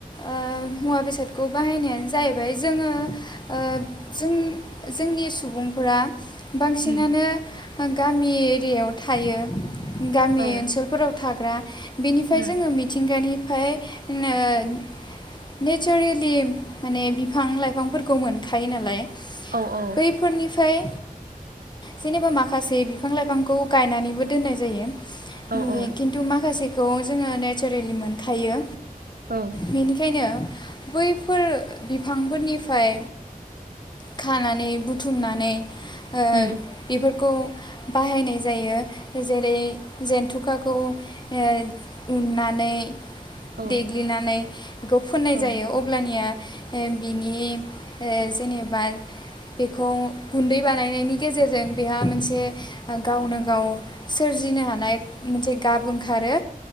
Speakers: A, on the left; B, on the right.
A: ओ मुवा बेसादखौ बाहायनायानो जाहैबाय जोंङो ओ जों जोंनि सुबुंफोरा बांसिनानो
B: उम
A: गामि एरियाव थायो। गामि
B: औ
A: ओनसोलफोराव थाग्रा बिनिफ्राय
B: उम
A: जोंङो मिथिंगानि ओमफाय ओ नेचारेलि माने बिफां लाइफांफोरखौ मोनखायो नालाय।
B: औ औ
A: बैफोरनिफ ओमफ्राय जेनेबा माखासे बिफां लाइफांखौ गायनानैबो दोननाय जायो। <unintelligible>
B: औ औ
A: खिन्थु मा माखासेखौ जोंङो नेचारेलि मोनखायो।
B: औ
A: बेनिखायनो। बैफोर बिफांफोरनिफ्राय खानानै बुथुमनानै। ओ
B: उम
A: बेफोर खौ बाहायनाय जायो जेरै जेनथुखाखौ। <unintelligible> उननानै।
B: औ
A: देग्लिनानै। बेखौ फुननाय
B: औ
A: जायो अब्लानिया। ओ बिनि ओ जेनेबा बेखौ गुन्दै बानायनायनि गेजेरजों बेहा मोनसे गावनो
B: उम
A: गाव। सोरजिनो हानाय मोनसे गाब ओं खारो